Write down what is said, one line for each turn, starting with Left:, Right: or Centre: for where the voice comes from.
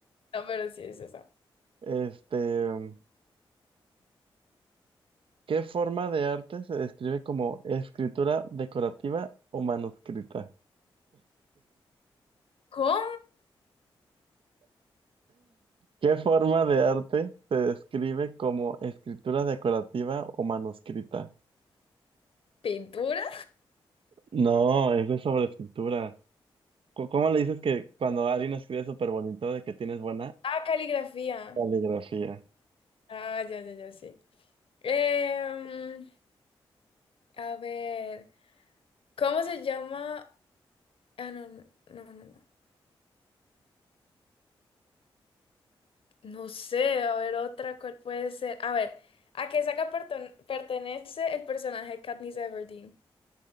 Left: No, pero sí es esa.
Right: Este, mm, ¿qué forma de arte se describe como escritura decorativa o manuscrita?
Left: ¿cómo?
Right: ¿Qué forma de arte se describe como escritura decorativa o manuscrita?
Left: ¿Pintura?
Right: No, eso es sobre escritura. Co- ¿Cómo le dices que cuando alguien escribe súper bonito de que tienes buena
Left: Ah, caligrafía.
Right: caligrafía?
Left: Ah, ya, ya, ya, sí. Em, a ver, ¿cómo se llama? Ah, no, no, no, no. No No sé, a ver, otra, ¿cuál puede ser? A ver, ¿a qué saga perton- pertenece el personaje de Katniss Everdeen?